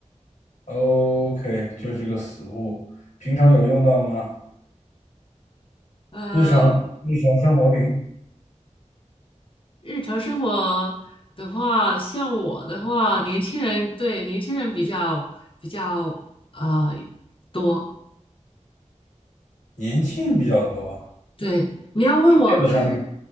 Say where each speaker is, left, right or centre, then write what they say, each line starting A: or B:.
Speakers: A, on the left; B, on the left.
A: OK，就是个死物，平常有用到吗？
B: 呃，
A: 日常日常生活品，
B: 日常生活的话，像我的话，年轻人对年轻人比较比较呃多。
A: 年轻人比较多，
B: 对，你要问我它是
A: 电子产品，